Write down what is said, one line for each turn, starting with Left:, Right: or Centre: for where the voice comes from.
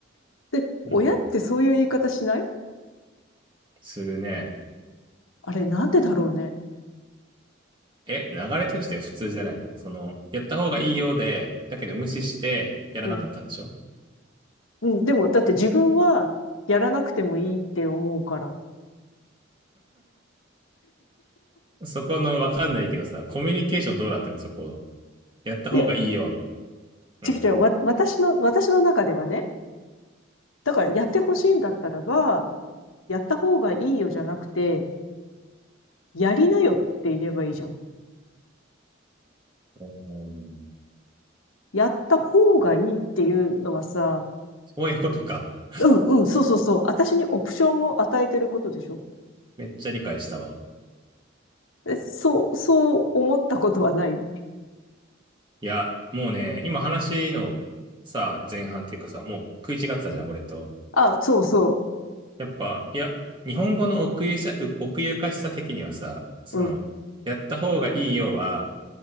Left: で、
Right: うん。
Left: 親ってそういう言い方しない
Right: するね。
Left: あれなんでだろうね。
Right: え、流れとして普通じゃないのその、やった方がいいようで、だけど無視してやらなかったんでしょ
Left: うん。うん、でも、だって自分はやらなくてもいいって思うから。
Right: そこのわかんないけどさ、コミュニケーションどうなってんのそこ。やった方がいいよ。
Left: いや、
Right: うん。
Left: 違う違う、わ、私の、私の中ではね、だからやってほしいんだったらば、やった方がいいよじゃなくて、やりなよって言えばいいじゃん。
Right: うん
Left: やった方がいいっていうのはさ、
Right: そういうことか。
Left: うんうん、そうそうそう。私にオプションを与えてることでしょ
Right: めっちゃ理解したわ。
Left: え、そう、そう思ったことはない
Right: いや、もうね、今話のさ、前半っていうかさ、もう食い違ってたじゃん、俺と。
Left: あ、そうそ
Right: やっぱ、いや、日本語の奥ゆさ、奥ゆかしさ的にはさ、その、
Left: う。うん。
Right: やった方がいいよは、